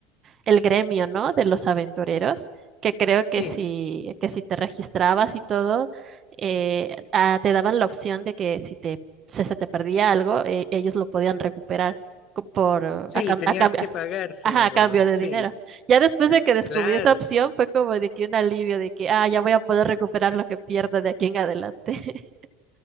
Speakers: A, on the right (about 25°); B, on the left (about 35°).
A: el gremio, ¿no? De los aventureros, que creo que
B: Sí,
A: si, que si te registrabas y todo, eh, ah, te daban la opción de que si te, se, se te perdía algo, eh, ellos lo podían recuperar co- por, eh,
B: sí,
A: a, cam-
B: tenías
A: a cambio,
B: que pagar, sí,
A: ajá,
B: me acuerdo.
A: a cambio de
B: Sí,
A: dinero. Ya después de que descubrí
B: Claro,
A: esa opción, fue como de que un alivio de que, ah, ya voy a poder recuperar lo que pierdo de aquí en adelante. <laughs>